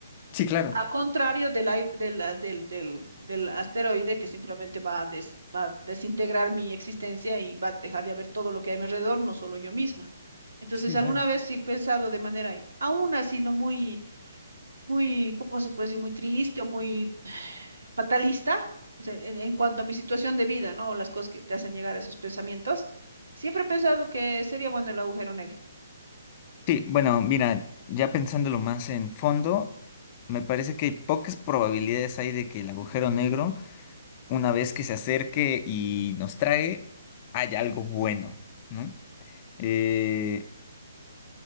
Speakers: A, on the left; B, on the right.
A: Sí, claro.
B: A contrario del, ai- del, ah, del, del, del asteroide que simplemente va a, des- va a desintegrar mi existencia y va a dejar de haber todo lo que hay a mi alrededor, no solo yo misma. Entonces,
A: Sí,
B: alguna
A: bueno.
B: vez sí he pensado de manera, aún así, no muy muy, ¿cómo se puede decir? Muy triste o muy <sighs> fatalista, o sea, en, en cuanto a mi situación de vida, ¿no? Las cosas que te hacen llegar a esos pensamientos, siempre he pensado que sería bueno el agujero negro.
A: Sí, bueno, mira, ya pensándolo más en fondo, me parece que pocas probabilidades hay de que el agujero negro, una vez que se acerque y nos trae, haya algo bueno, ¿no? Eh,